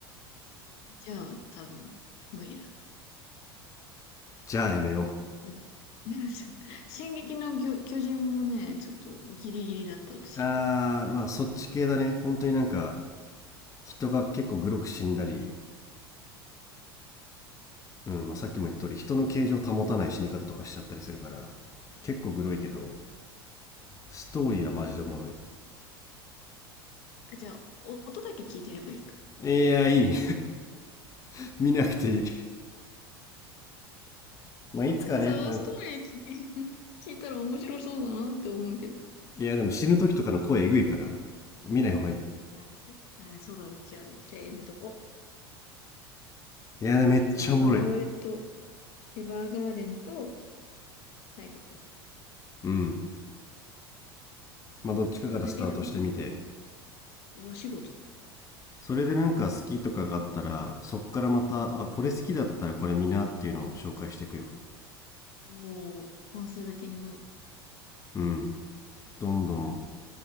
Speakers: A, on the left; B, on the left.
A: じゃあ、多分、無理だ。
B: じゃあやめよ
A: うん。<laughs> でもちょ進撃の巨、巨人もね、ちょっとギリギリだった、私。
B: う。あー、まあそっち系だね。本当になんか、人が結構グロく死んだり、
A: うん
B: うん、まあさっきも言った通り、人の形状を保たない死に方とかしちゃったりするから、結構グロいけど、ストーリーはマジでおもろい。
A: あ、じゃあ、お音だけ聞いてればいいか。
B: いや、いい <laughs>。見なくていい <laughs>。まあいつかね、
A: だってさ、
B: なんか
A: ストーリー聞い、聞いたら面白そうだなって思うけど。
B: いやでも死ぬ時とかの声えぐいから、見ない方がいい。い
A: あ、し、あ、そうだ。じゃあ、じゃあやめとこう。
B: や、めっちゃおもろい。
A: じゃあ、バイオレット、エヴァーガーデンとサイコパス。
B: うん。まあどっちかからスタートしてみて、
A: んそれだけでももう、大仕事だ。
B: それでなんか好きとかがあったら、そっからまた、
A: うん。
B: あ、これ好きだったらこれ見なっていうのを紹介していくよ。
A: おー、コンサルティング。
B: うん。どんどん
A: うん